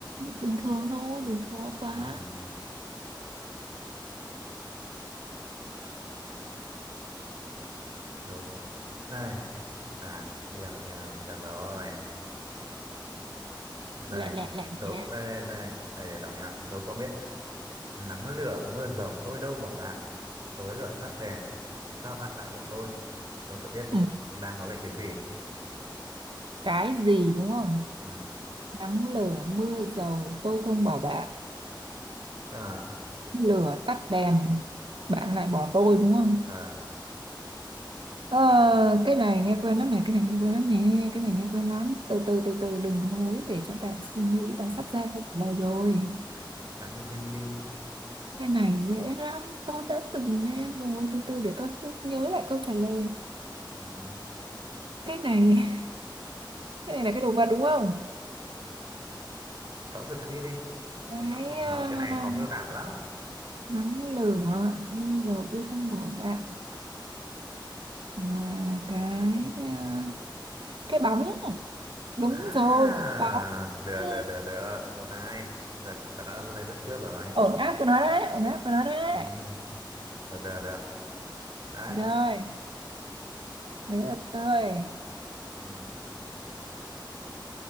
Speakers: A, on the right; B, on the right.
A: bình thường thôi, đừng khó quá.
B: Ừm, đố đây à nghĩ ra rồi nghĩ ra rồi nghĩ ra rồi đây
A: Lẹ lẹ lẹ
B: đố
A: lẹ.
B: đây đây đây để đọc nha đố cậu biết nắng lửa mưa dầu tôi đâu bỏ bạn tối lửa tắt đèn sao bạn lại bỏ tôi đố cậu biết
A: Ừ.
B: đang nói về cái gì
A: Cái gì đúng không?
B: ừ
A: Nắng lửa mưa dầu tôi không bỏ bạn.
B: tức là
A: Lửa tắt đèn, bạn lại bỏ tôi đúng không?
B: à
A: Ờ, cái này nghe quen lắm này, cái này nghe quen lắm nè, cái này nghe quen lắm. Từ từ từ từ đừng hối để cho bạn suy nghĩ, bạn sắp ra câu trả lời rồi.
B: bạn cứ suy nghĩ đi
A: Cái này dễ lắm, tôi đã từng nghe rồi, từ từ để tôi cứ nhớ lại câu trả lời.
B: Ừm,
A: cái này <laughs> cái này là cái đồ vật đúng không
B: cậu cứ suy nghĩ đi
A: cái
B: nó nó
A: à,
B: cái này khó miêu tả lắm
A: nắng lửa mưa dầu tôi không bỏ bạn và cái à, cái bóng đúng
B: À,
A: rồi cái bóng
B: được,
A: Ừ.
B: được, được, được. Một, hai. Được, cậu đã lên dẫn trước rồi.
A: ổn áp của nó đấy ổn áp của nó đấy
B: Ừ, được, được, được. Đấy.
A: rồi đấy là tôi
B: Ừ,